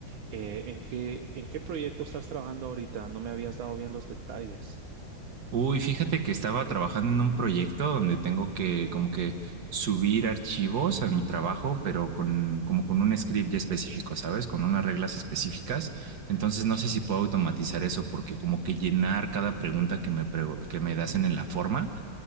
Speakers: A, on the right; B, on the right.
A: eh, ¿en qué, en qué proyecto estás trabajando ahorita? No me habías dado bien los detalles.
B: Uy, fíjate que estaba trabajando en un proyecto donde tengo que como que subir archivos a mi trabajo, pero con como con un script ya específico, ¿sabes? Con unas reglas específicas. Entonces no sé si puedo automatizar eso porque como que llenar cada pregunta que me pregu- que me hacen en la forma,